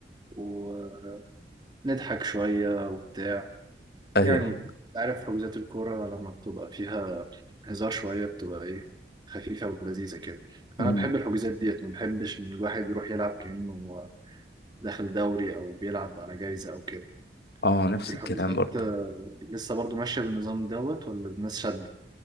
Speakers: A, on the right; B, on the left.
A: ونضحك شوية وبتاع
B: ايوه
A: يعني عارف حجوزات الكرة لما بتبقى فيها هزار شوية بتبقى ايه خفيفة ولذيذة كده
B: مم.
A: انا بحب الحجوزات ديت ما بحبش ان الواحد يروح يلعب كأنه داخل دوري او بيلعب على جايزة او كده
B: اه نفس
A: انت الحجوزات
B: الكلام برضه
A: آه، لسه برضو ماشية بالنظام دوت ولا الناس شد